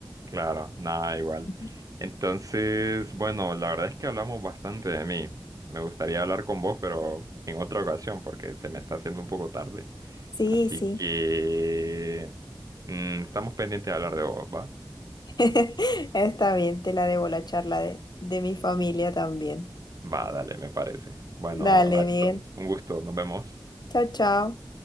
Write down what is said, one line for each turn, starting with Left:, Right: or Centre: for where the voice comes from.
Right: claro, nada igual.
Left: Ujú.
Right: Entonces, bueno, la verdad es que hablamos bastante de mí. Me gustaría hablar con vos, pero en otra ocasión, porque se me está haciendo un poco tarde.
Left: Sí,
Right: Así
Left: sí,
Right: Sí. que mm, estamos pendientes de hablar de vos, ¿va?
Left: <laughs> está bien, te la debo la charla de, de mi familia también.
Right: Va, dale, me parece. Bueno,
Left: Dale,
Right: Alison,
Left: bien.
Right: un gusto, nos vemos.
Left: Chao, chao.